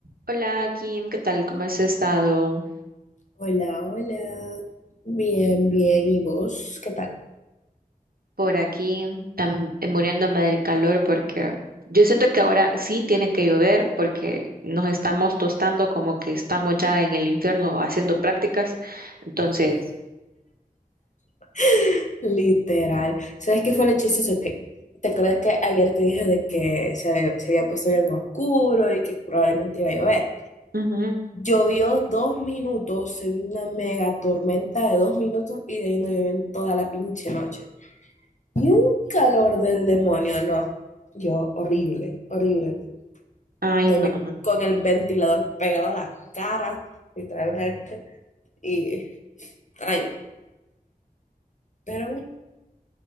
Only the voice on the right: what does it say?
Hola Kim, ¿qué tal? ¿Cómo has estado
por aquí? Tam- eh, muriéndome del calor porque yo siento que ahora sí tiene que llover porque nos estamos tostando como que estamos ya en el infierno haciendo prácticas. Entonces,
ujú,
Ay,
no.